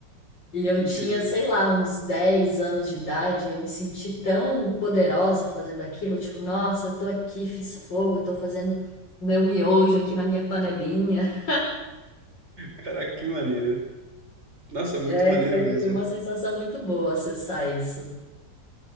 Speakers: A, on the left; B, on the right.
A: E eu
B: Incrível.
A: tinha, sei lá, uns 10 anos de idade, eu me senti tão poderosa fazendo aquilo, tipo, nossa, eu tô aqui, fiz fogo, tô fazendo meu miojo aqui na minha panelinha. <laughs>
B: Caraca, que maneiro. Nossa,
A: É,
B: muito maneiro
A: foi,
B: mesmo.
A: foi uma sensação muito boa acessar isso.